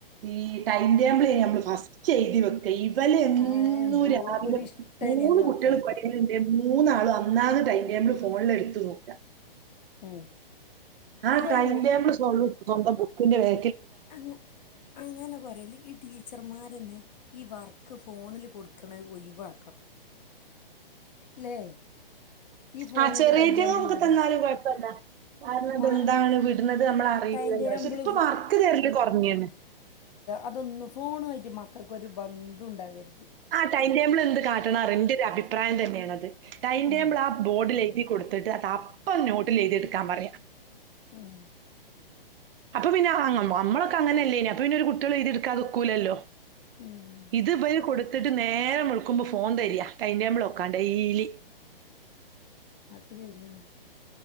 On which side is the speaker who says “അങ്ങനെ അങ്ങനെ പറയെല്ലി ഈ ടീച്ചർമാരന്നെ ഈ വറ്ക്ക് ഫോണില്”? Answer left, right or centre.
Left